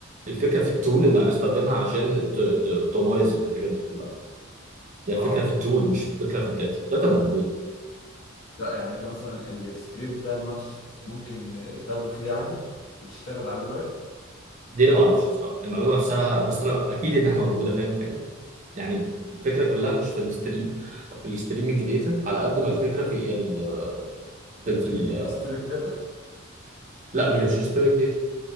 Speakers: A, on the right (about 35°); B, on the left (about 80°).
A: الفكره في التول اللي هنستخدمها عشان ت- ت- تمايز الحاجات دي كلها هي الفكره
B: اه
A: في التول مش في الفكره في الداتا الداتا موجوده
B: لا يعني انت مثلا الستريم بتاع الماتش ممكن تاخده فري عادي وتشتغل عليه لايف
A: دي اللي ما اعرفش بصراحه المعلومه نفسها بس انا اكيد انها موجوده فاهم حاجه يعني الفكره كلها مش في
B: مم.
A: الستريم أو في الستريمنج داتا على قد ما الفكره في ال في, ال... في ال...
B: الهيستوريك داتا
A: لا هي مش هيستوريك داتا